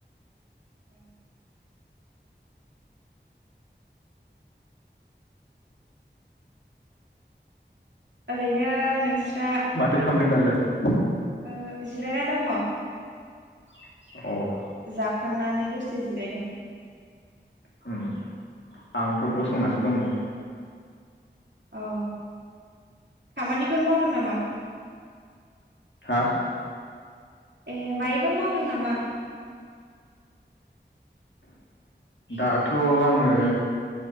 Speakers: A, on the right; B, on the left.
A: औ ओरैनो नोंस्रा
B: माथो खालामामदों दालाय
A: ओ जिरायना दङ
B: अ
A: जाख थांनानै दसे जिरायदों
B: होम आंथ गसंनासो दं नै
A: औ खामानिफोर मावदों नामा
B: हा
A: ए मायोबा मावदों नामा
B: दाथ आङो